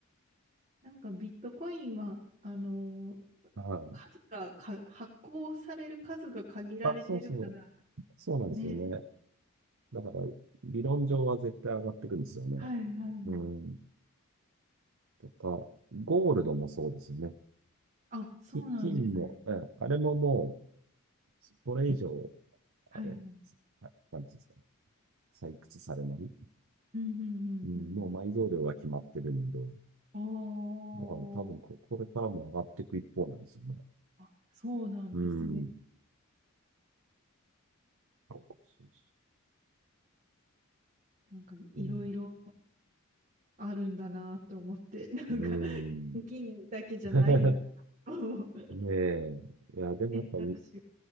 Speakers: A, on the right; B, on the right.
A: なんかビットコインは、あの
B: はい。
A: 数がか、発行される数が限られてるから
B: あ、そうそう、そうなんですよね。
A: ね。
B: だから、理論上は絶対上がってくんですよね。
A: はいはいはい。
B: うん、とか、ゴールドもそうですよね。
A: あ、そうなんですね。
B: き金も、え、あれももう、これ以上、
A: はいはい。
B: あれ、あなんていうんですか、採掘されない。
A: うんうんうんうん。
B: うん、もう埋蔵量が決まってるんで、
A: おー、
B: だから多分こ、これからも上がっていく一方なんですよね。
A: あ、そうなんですね。
B: うん。そうそう
A: なんかいろいろ
B: そううん
A: あるんだなと思って、<laughs> なんか
B: うーん。
A: 銀だけじゃないんだなと思う
B: <laughs> ねえ。いや、でもやっぱイ、
A: 選択肢が。